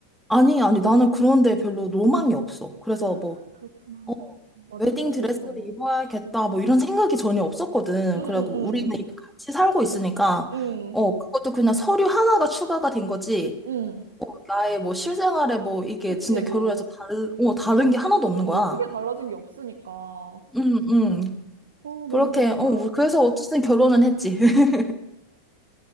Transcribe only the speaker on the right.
아,
그렇구나.
맞아,
그럴 수
있어.
응, 응,
응,
응,
응.
그치,
뭐,
어,
크게 달라진 게 없으니까. 어,
너무
좋다.